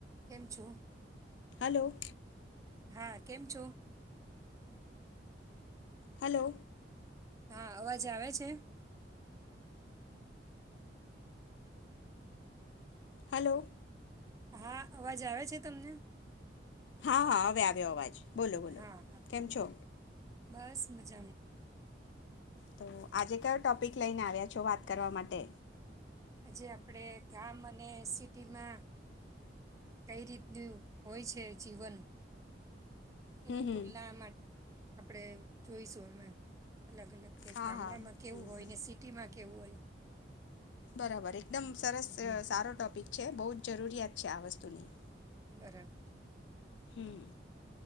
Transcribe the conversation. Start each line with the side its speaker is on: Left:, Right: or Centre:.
Right: કેમ છો.
Left: હલો
Right: હા કેમ છો
Left: હલો
Right: હા અવાજે આવે છે.
Left: હલો
Right: હા અવાજ આવે છે તમને
Left: હા હા હવે આવ્યો અવાજ બોલો
Right: હા હા
Left: કેમ છો.
Right: બસ મજા.
Left: તો આજે કયો ટોપિક લઈને આવ્યા છો વાત કરવા માટે
Right: આજે આપણે ગામ અને સિટીમાં કઈ રીતનું હોય છે જીવન
Left: હમ
Right: એની
Left: હમ
Right: તુલના માટે આપણેે જોઈશું અમે અલગ અલગ કે
Left: હા
Right: ગામડામાં
Left: હા
Right: કેવું
Left: હમ
Right: હોય ને સિટીમાં કેવુ હોય
Left: બરાબર એક એકદમ સરસ
Right: હમ
Left: સારો ટોપિક છે બહુ જરૂરિયાત છે આ વસ્તુની
Right: બરાબર
Left: હમ